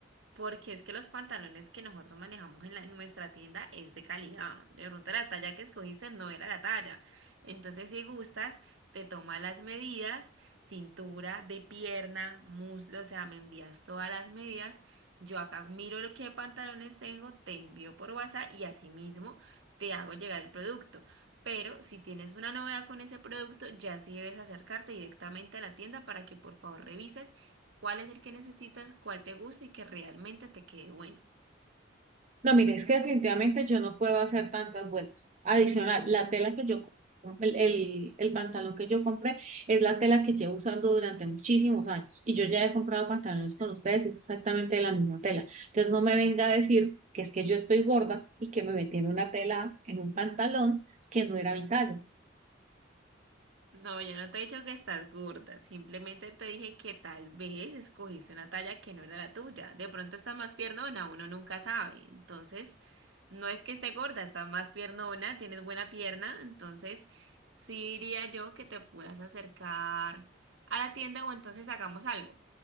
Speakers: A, on the right; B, on the right.
A: porque es que los pantalones que nosotros manejamos en, la- en nuestra tienda es de calidad. De pronto la talla que escogiste no era la talla. Entonces, si gustas, te toma las medidas, cintura, de pierna, muslo, o sea, me envías todas las medidas. Yo acá miro lo que pantalones tengo, te envío por WhatsApp y asimismo te hago llegar el producto. Pero si tienes una novedad con ese producto, ya sí debes acercarte directamente a la tienda para que por favor revises cuál es el que necesitas, cuál te gusta y que realmente te quede bueno.
B: No, mire, es que definitivamente yo no puedo hacer tantas vueltas. Adicional, la tela que yo, com- el, el, el pantalón que yo compré es la tela que llevo usando durante muchísimos años. Y yo ya he comprado pantalones con ustedes, y es exactamente de la misma tela. Entonces no me venga a decir que es que yo estoy gorda y que me metí en una tela, en un pantalón que no era mi talla.
A: No, yo no te he dicho que estás gorda, simplemente te dije que tal vez escogiste una talla que no era la tuya. De pronto estás más piernona, uno nunca sabe. Entonces, no es que esté gorda, estás más piernona, tienes buena pierna, entonces sí diría yo que te puedas acercar a la tienda o entonces hagamos algo.